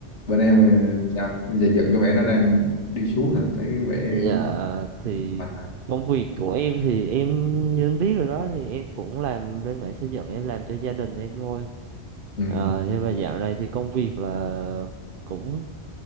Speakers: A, on the left (about 80°); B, on the right (about 55°).
A: bên em
B: À,
A: ờ, sao giờ dần cái vẻ nó đang đi xuống hả thấy cái vẻ
B: dạ thì
A: À,
B: công việc của em thì em như anh biết rồi đó thì em cũng làm bên mảng xây dựng em làm cho gia đình em thôi.
A: ừ,
B: Ờ, nhưng mà dạo này thì công việc là cũng